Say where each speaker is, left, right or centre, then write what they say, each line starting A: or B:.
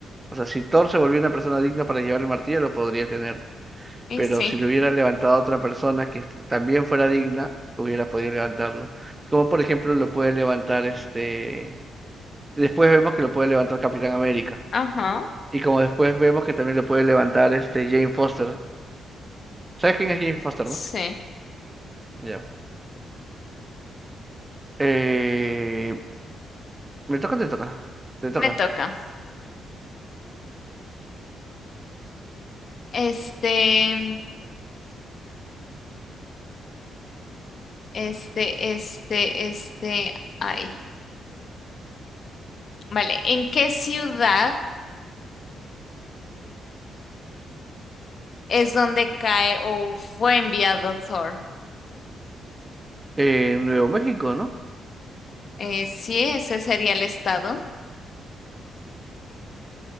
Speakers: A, on the right; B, on the left.
A: O sea, si Thor se volvió una persona digna para llevar el martillo, lo podría tener,
B: y
A: pero
B: sí,
A: si lo hubiera levantado otra persona que f- también fuera digna, hubiera podido levantarlo. Como por ejemplo lo puede levantar este... Después vemos que lo puede levantar Capitán América.
B: ajá,
A: Y como después vemos que también lo puede levantar este Jane Foster. ¿Sabes quién es Jane Foster,
B: sí,
A: no? Ya. Eh... ¿Me toca o te toca? Te toca.
B: me toca. Este. Este, este, este, ay. Vale, ¿en qué ciudad es donde cae o fue enviado Thor?
A: En Nuevo México, ¿no?
B: Eh, sí, ese sería el estado,